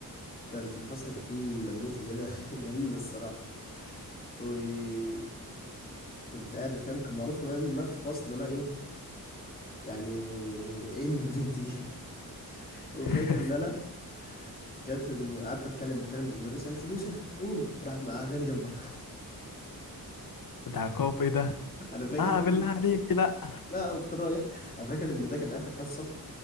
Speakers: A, on the left; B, on the left.
A: كان في الفصل كان في بنوته كده <laughs> جميله الصراحه وكنت قاعد بتكلم كان معروف كمان ان انا في الفصل انا ايه يعني عيني بالبنت دي <laughs> وفاكر
B: <laughs>
A: ان انا جت الم... قعدت اتكلم اتكلم المدرسه قالت لي يوسف قوم راحت مقعداني جنبها
B: ده عقاب ايه ده
A: <laughs> انا فاكر
B: لا
A: ان انا
B: بالله عليك لا
A: لا قمت رايح انا فاكر ان ده كان اخر حصه